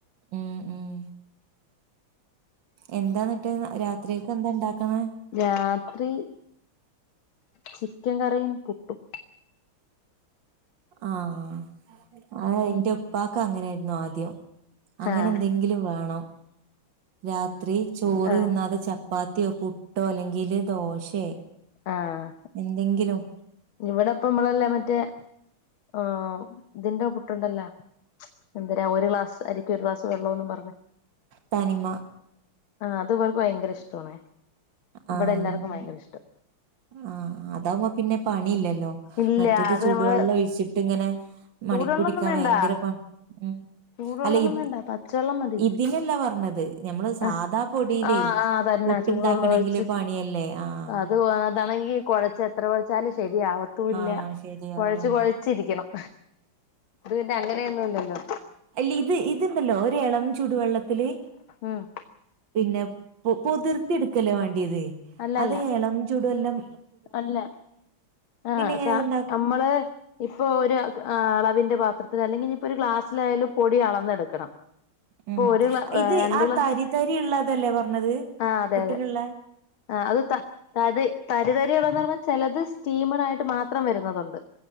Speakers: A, on the right (about 60°); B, on the left (about 75°).
A: ഉം ഉം എന്താന്നട്ട് രാത്രികക്ക് എന്താ ഇണ്ടാക്ക്ണ്
B: രാത്രി ചിക്കൻ കറിയും പുട്ടും
A: ആഹ് അഹ് ഇൻ്റെ ഉപ്പാക്ക് അങ്ങനേയിരുന്നു ആദ്യം അങ്ങനെ
B: ആഹ്
A: എന്തെങ്കിലും വേണം രാത്രി ചോറ്
B: ആഹ്
A: തിന്നാതെ ചപ്പാത്തിയോ പുട്ടോ അല്ലെങ്കില് ദോശേ
B: ആഹ്
A: എന്തെങ്കിലും
B: ഇവടെപ്പം നമ്മളല്ലേ മറ്റേ ആഹ് ഇതിന്റെ പുട്ടുണ്ടല്ലോ എന്തിനാ ഒരു ഗ്ലാസ് അരിക്ക് ഒരു ഗ്ലാസ് വെള്ളോന്നും പറഞ്ഞ്
A: തനിമ
B: ആഹ് അത് ഇവൾക്ക് ഭയങ്കര ഇഷ്ടവാണേ ഇവടെ
A: ആഹ്
B: എല്ലാർക്കും ഭയങ്കര ഇഷ്ടാ
A: ആഹ് അതാവുമ്പോ പിന്നെ പണി ഇല്ലല്ലോ
B: ഇല്ല
A: മറ്റേത്
B: അത്
A: ചൂടുവെള്ളൊഴിച്ചിട്ട്
B: നമ്മള്
A: ഇങ്ങനെ മണിപ്പിടിക്കാ
B: ചൂടുവെള്ളൊന്നും വേണ്ട
A: ഭയങ്കര പ ഉം
B: ചൂടുവെള്ളൊന്നും
A: അല്ല ഇ
B: വേണ്ട പച്ചവെള്ളം മതി
A: ഇതിലല്ല പറഞ്ഞത് നഞമ്മള് സാധാ
B: ആഹ്
A: പൊടീലേ
B: ആഹ് ആഹ് തന്നെ
A: പുട്ട്ണ്ടാക്കണെങ്കില്
B: ചൂടുവെള്ളം ഒഴിച്ച്
A: പണിയല്ലേ ആഹ്
B: അത് അതാണെങ്കി കൊഴച്ച് എത്ര കൊഴച്ചാലും ശരിയാവ ഇല്ല
A: ആഹ് ശരിയാവൂല
B: കൊഴച്ച് കൊഴച്ചിരിക്കണം ഇത് പിന്നെ അങ്ങനെയൊന്നുല്ലല്ലോ
A: ഇല്ല്യ ഇത് ഇത്ണ്ടല്ലോ ഒര് ഏളം ചുടുവെള്ളത്തില്
B: ഉം
A: പിന്നെ പൊതിർത്തി എടുക്കല്ലോ വാണ്ടിയത്
B: അല്ലല്ല
A: അത് എളം ചൂടെല്ലാം
B: അല്ല ആഹ്
A: എങ്ങനെ
B: സാ
A: ഇത്ണ്ടാ
B: നമ്മള് ഇപ്പൊ ഒരു അളവിന്റെ പാത്രത്തിൽ അല്ലെങ്കി ഇഞ്ഞിപ്പോ ഒരു ഗ്ലാസിലായാലും പൊടി അളന്നെടുക്കണം ഇപ്പൊ
A: ഉം
B: ഒര്ക്ല ഏ
A: ഇത്
B: രണ്ട്
A: ആ
B: ക്ലാസ്
A: തരി തരി ഉള്ളതല്ലേ പറഞ്ഞത്
B: ആഹ് അതെ
A: പുട്ടിനുള്ള
B: അതെ ആഹ് അത് ത തര് തരിതരി ഉള്ളെന്ന് പറയുമ്പ ചെലത് സ്റ്റീമറായിട്ട് മാത്രം വരുന്നുന്നതുണ്ട്